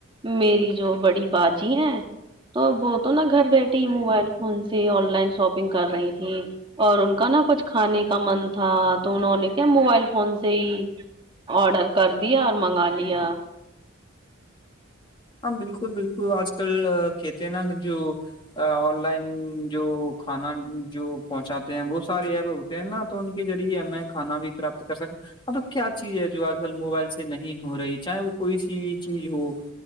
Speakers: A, on the right (about 25°); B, on the left (about 20°).
A: میری جو بڑی بازی ہے تو وہ تو نا گھر بیٹھے ہی موبائل فون سے آن لائن شاپنگ کر رہی تھی اور ان کا نہا کچھ کھانے کا من تھا تو انہوں نے کیا موبائل فون سے ہی آڈر کر دیا اور منگا لیا
B: ہاں بالکل بالکل آج کل کہتے ہیں نا جو آن لائن جو کھانا جو پہنچاتے ہیں بہت سارے ہے ب ا تو ان کے ذریعے میں کانا بھی پراپت کر سکتا اب کیا چیز ہے جو آج کل موبائل سے نہیں ہو رہی چاہے وہ کوئی سی بھی چیز ہو